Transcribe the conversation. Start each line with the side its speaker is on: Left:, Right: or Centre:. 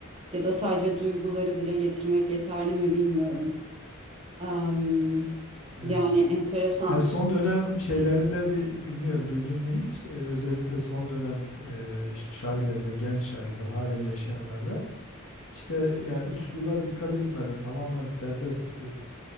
Right: Ya da sadece duyguları dile getirmek yeterli mi bilmiyorum. Am,
Left: Evet.
Right: yani enteresan.
Left: E, son dönem şeylerinde bir bilmiyorum duydun mu hiç? E, özellikle son dönem e, şairlerinde genç şairler halen yaşayanlarda işte ya üsluba dikkat etmeden tamamen serbest e,